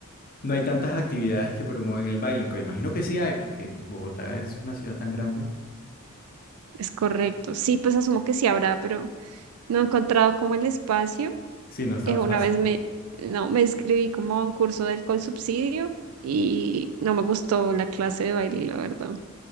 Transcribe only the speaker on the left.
no hay tantas actividades que promueven el baile, aunque imagino que sí hay porque Bogotá es una ciudad tan grande,
sí, no es tan
fácil.